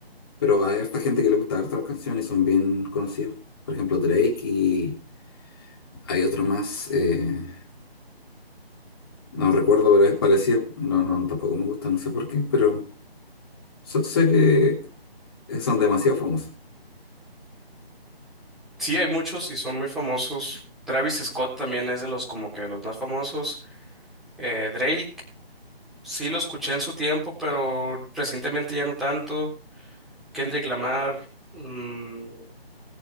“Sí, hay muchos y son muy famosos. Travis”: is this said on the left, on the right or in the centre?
Centre